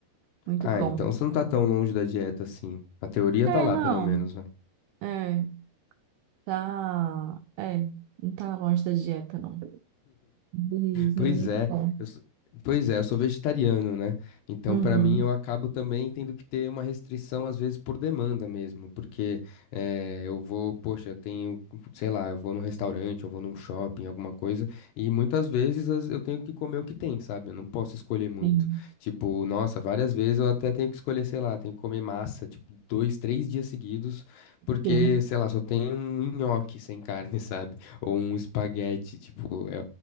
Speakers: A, on the right; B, on the left.
A: Muito
B: Ah,
A: bom.
B: então você não tá tão longe da dieta assim. A teoria
A: É,
B: tá lá,
A: não,
B: pelo menos,
A: é, tá, é, não tá longe da dieta, não. Isso,
B: Pois
A: mas muito
B: é,
A: bom.
B: eu sou, pois é, eu sou vegetariano, né? Então,
A: Uhum,
B: pra mim, eu acabo também tendo que ter uma restrição, às vezes, por demanda mesmo, porque eh, eu vou, poxa, eu tenho, sei lá, eu vou num restaurante, eu vou num shopping, alguma coisa, e muitas vezes as- eu tenho que comer o que tem, sabe? Eu não posso escolher muito.
A: sim,
B: Tipo, nossa, várias vezes eu até tenho que escolher, sei lá, tenho que comer massa, tipo, dois, três dias seguidos, porque,
A: sim.
B: sei lá, só tem um nhoque sem carne, <laughs> sabe? Ou um espaguete, tipo, é,